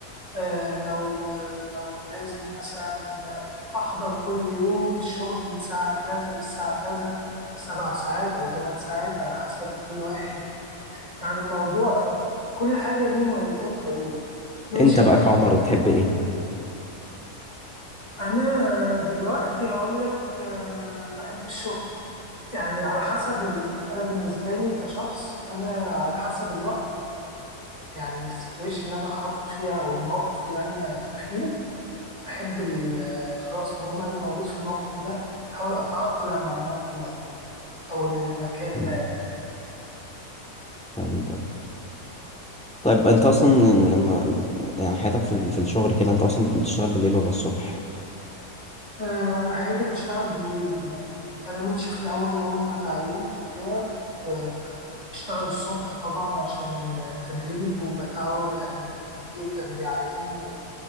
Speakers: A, on the left (about 25°); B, in the centre.
A: آه، أو أو لازم مثلا أحضر كل يوم الشغل من ساعة كذا للساعة كذا سبع ساعات أو ثمان ساعات على حسب كل واحد يعني الموضوع كل حاجة ليه مميزات وعيوب ماشي
B: انت بقى
A: أنت
B: كعمر
A: في
B: بتحب ايه
A: أنا دلوقتي هقول لك آه، بحب الشغل يعني على حسب ال... أنا بالنسبة لي كشخص أنا على حسب الوقت يعني السيتويشن اللي أنا حاطط فيها أو الموقف اللي أنا فيه بحب ال- خلاص ما دام أنا موجود في الموقف ده أحاول أتأقلم مع الموقف ده أو المكان
B: مم،
A: ده
B: فهمتك طيب انت اصلا لما يعني حياتك في ال- في الشغل كده انت اصلا بتشتغل بالليل ولا الصبح
A: آه، أنا حياتي بشتغل بالليل عموما يعني ماشي في الأول أول ما تعينت وكده كنت آه، بشتغل الصبح طبعا عشان آه، تدريب وبتعود يعني المدير كان بيعلمني